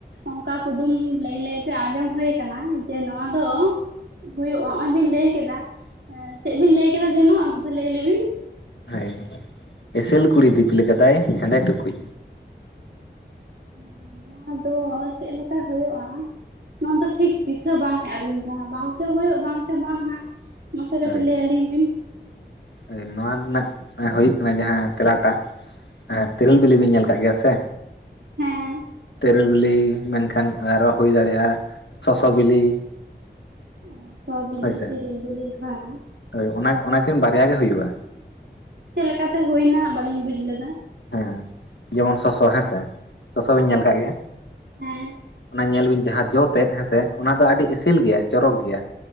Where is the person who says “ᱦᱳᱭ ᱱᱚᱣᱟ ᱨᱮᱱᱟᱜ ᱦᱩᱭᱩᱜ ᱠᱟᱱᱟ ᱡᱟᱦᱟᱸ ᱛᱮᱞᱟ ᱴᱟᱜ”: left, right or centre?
Left